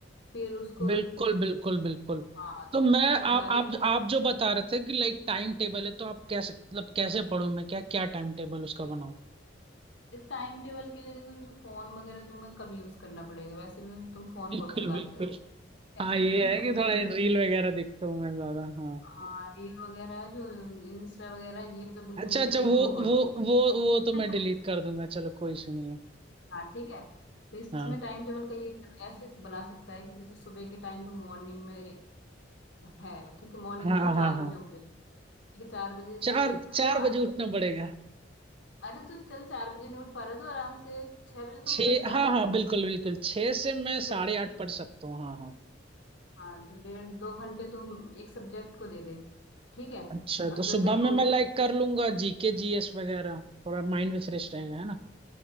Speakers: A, on the left; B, on the right.
A: फिर उसको
B: बिल्कुल बिल्कुल बिल्कुल
A: हाँ
B: तो मैं
A: उस पर डालेगा
B: आप आप आप जो बता रहे थे कि लाइक टाइम टेबल है तो आप कैसे मतलब कैसे पढूं मैं क्या क्या टाइम टेबल उसका बनाऊं
A: एक टाइम टेबल के लिए देखो जैसे फोन वगैरह तुम्हें कम यूज करना पड़ेगा वैसे भी तुम फोन
B: बिल्कुल
A: बहुत चलाते
B: बिल्कुल
A: हो ठीक
B: हाँ ये है कि
A: है?
B: थोड़ा
A: <laughs>
B: रील वगैरह देखता हूँ मैं ज्यादा हाँ
A: हाँ रील वगैरह है जो इंस्टा वगैरह ये तो बिल्कुल
B: अच्छा
A: देखते
B: अच्छा
A: हो
B: वो
A: दूर होना
B: वो वो वो तो मैं
A: <laughs>
B: डिलीट कर दूंगा चलो कोई इशू नहीं है
A: हाँ ठीक है तो इसमें
B: हाँ
A: टाइम टेबल का ये कर- ऐसे बना सकता है कि जैसे सुबह के टाइम पे मॉर्निंग में है ठीक है मॉर्निंग
B: हाँ
A: में तो
B: हाँ
A: चार
B: हाँ
A: बजे उठ जाए ठीक है चार बजे से
B: चार चार
A: आठ
B: बजे उठना पड़ेगा
A: अरे तो चल चार बजे नहीं उठ पा रहा है तो आराम से छह बजे तो
B: छः
A: उठ सकता
B: हाँ हाँ बिल्कुल बिल्कुल छः से मैं
A: है
B: साढ़े आठ पढ़ सकता हूँ हाँ हाँ
A: हाँ तो डेढ़ दो घंटे तुम एक सब्जेक्ट को दे दे ठीक है
B: अच्छा
A: अब
B: तो सुबह
A: जो तेरे
B: में
A: को
B: मैं लाइक कर लूंगा जीके जीएस वगैरह थोड़ा माइंड भी फ्रेश रहेगा है ना